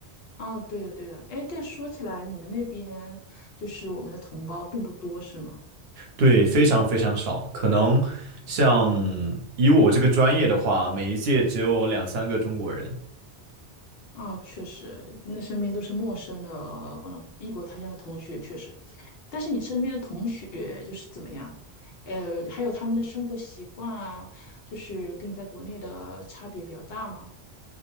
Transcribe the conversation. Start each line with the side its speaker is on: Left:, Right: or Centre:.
Left: 啊，对的，对的。哎，但说起来，你们那边就是我们的同胞并不多，是吗？
Right: 对，非常非常少，可能像以我这个专业的话，每一届只有两三个中国人。
Left: 啊，确实，那身边都是陌生的，忘了异国他乡的同学，确实。但是你身边的同学就是怎么样？呃，还有他们的生活习惯啊，就是跟你在国内的差别比较大嘛，